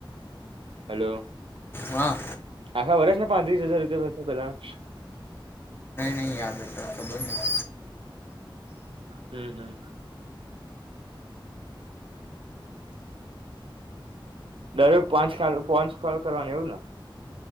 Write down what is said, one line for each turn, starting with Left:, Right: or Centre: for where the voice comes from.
Right: હલો
Left: વા
Right: આખા વર્ષ ને પાંત્રીસ હજાર રૂપિયાતા પેલાન
Left: ન યાદ હતા ખબર નહી
Right: હમ હમ દરે પાંચ કાલ પાંચ કોલ કરવાનું એવું ને